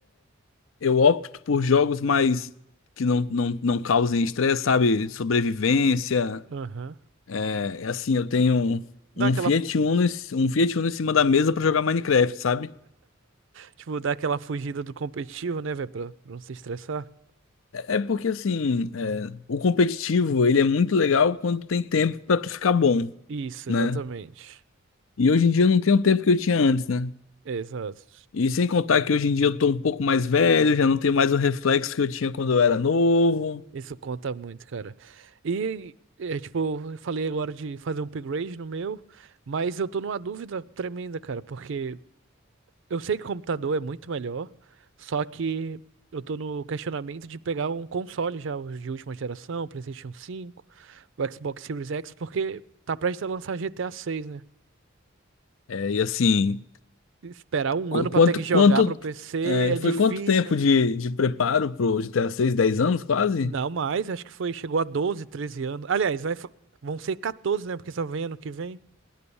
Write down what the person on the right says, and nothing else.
Aham.
Dá
aquela,
fu-
tipo, dá aquela fugida do competitivo, né, velho, pra, pra não se estressar.
Isso,
exatamente.
Exato.
Isso conta muito, cara. E, é, tipo, eu falei agora de fazer um upgrade no meu, mas eu tô numa dúvida tremenda, cara, porque eu sei que computador é muito melhor, só que eu tô no questionamento de pegar um console já os de última geração, PlayStation cinco, o Xbox Series X, porque tá prestes a lançar GTA seis, né?
Esperar um
ano pra
ter que jogar
pro PC
é
difícil.
Não mais, acho que foi, chegou a 12, 13 anos. Aliás, vai, fa- vão ser 14, né? Porque só vem ano que vem.